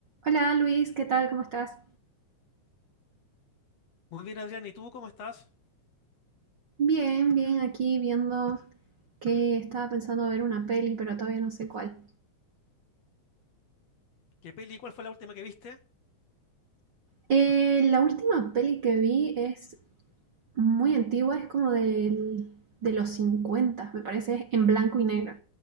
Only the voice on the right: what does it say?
Hola Luis, ¿qué tal? ¿Cómo estás?
Bien, bien, aquí viendo que estaba pensando ver una peli, pero todavía no sé cuál.
Eh, la última peli que vi es muy antigua, es como del- de los cincuenta. me parece, es en blanco y negro.